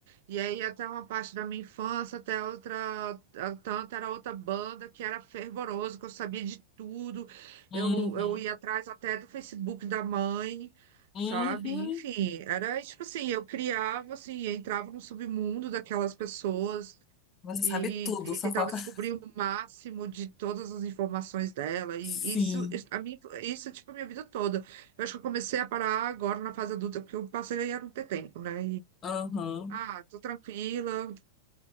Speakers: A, on the right; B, on the left.
A: E aí até uma parte da minha infância, até outra, tanto era outra banda que era fervoroso, que eu sabia de tudo.
B: Uhum.
A: Eu, eu ia atrás até do Facebook da mãe,
B: Uhum.
A: sabe? Enfim, era tipo assim, eu criava assim, eu entrava no submundo daquelas pessoas
B: Você
A: e,
B: sabe tudo,
A: e-
B: só
A: e tentava
B: falta...
A: descobrir
B: <laughs>
A: o máximo de todas as informações dela. E
B: Sim.
A: isso, isso- a mim, isso tipo a minha vida toda. Eu acho que eu comecei a parar agora na fase adulta, porque eu passei a não ter tempo, né?
B: Aham.
A: Ah, tô tranquila,